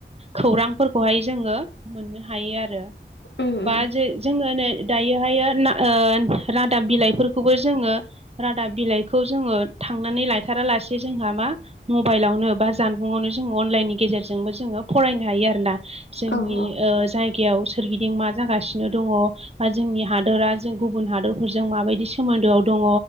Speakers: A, on the right (about 35°); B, on the left (about 75°).
A: खौरांफोरखौहाय जोंङो मोननो हायो आरो।
B: उम उम
A: बा जे जोंङो नै दायो हायो ना ओ रादाब बिलाइफोरखौबो जोंङो रादाब बिलाइखौ जोंङो थांनानै लायथारालासे जोंहा मा मबाइलावनो बा जानबुङावनो जों अनलाइननि गेजेरजोंबो जोंङो फरायनो हायो आरोना। जोंनि
B: औ औ
A: ओ जायगायाव सोरगिदिं मा जागासिनो दङ बा जोंनि हादरा जों गुबुन हादरफोरजों माबायदि सोमोन्दोआव दङ